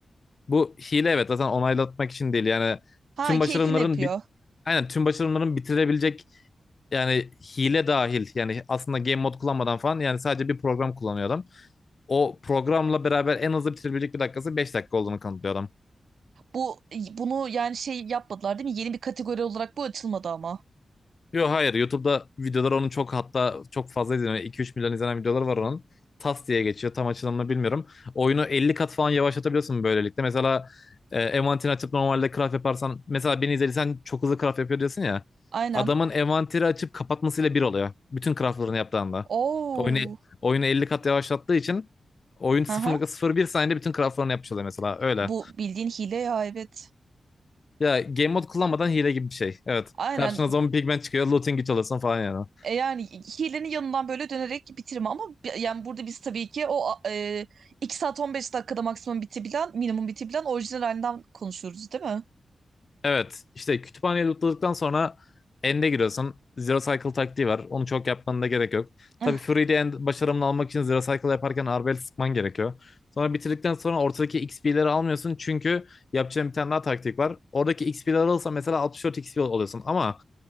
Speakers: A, on the left (about 45°); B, on the right (about 75°).
A: Bu hile evet zaten onaylatmak için değil. Yani
B: Ha
A: tüm
B: keyfini
A: başarımların
B: yapıyor.
A: bi- Aynen tüm başarımların bitirebilecek yani hile dahil yani aslında game mod kullanmadan falan yani sadece bir program kullanıyor adam. o programla beraber en hızlı bitirebilecek bir dakikası 5 dakika olduğunu kanıtlıyor adam.
B: Bu bunu yani şey yapmadılar değil mi? Yeni bir kategori olarak bu açılmadı ama.
A: Yok hayır YouTube'da videolar onun çok hatta çok fazla izleniyor. 2 üç milyon izlenen videoları var onun. Tas diye geçiyor tam açılımını bilmiyorum. Oyunu 50 kat falan yavaşlatabiliyorsun böylelikle. Mesela e, envanterini açıp normalde craft yaparsan mesela beni izlediysen çok hızlı craft yapıyor diyorsun ya.
B: Aynen.
A: Adamın envanteri açıp kapatmasıyla bir oluyor. Bütün craftlarını yaptığında.
B: Oo.
A: Oyunu, oyunu 50 kat yavaşlattığı için oyun
B: Haha.
A: sıfır nokta sıfır bir saniyede bütün craftlarını yapmış oluyor mesela öyle.
B: Bu bildiğin hile ya evet.
A: Ya game mode kullanmadan hile gibi bir şey. Evet.
B: Aynen
A: Karşına zombi pigmen çıkıyor. Looting güç alırsın falan yani.
B: E yani hilenin yanından böyle dönerek bitirme ama bi- yani burada biz tabii ki o e, 2 saat 15 dakikada maksimum bitebilen, minimum bitebilen orijinal halinden konuşuyoruz değil mi?
A: Evet. İşte kütüphaneyi lootladıktan sonra end'e giriyorsun. Zero Cycle taktiği var. Onu çok yapmanın da gerek yok.
B: Eh,
A: Tabii Fury'de end başarımını almak için Zero Cycle yaparken Arbelet sıkman gerekiyor. Sonra bitirdikten sonra ortadaki XP'leri almıyorsun. Çünkü yapacağın bir tane daha taktik var. Oradaki XP'leri alırsan mesela 64 XP oluyorsun. Ama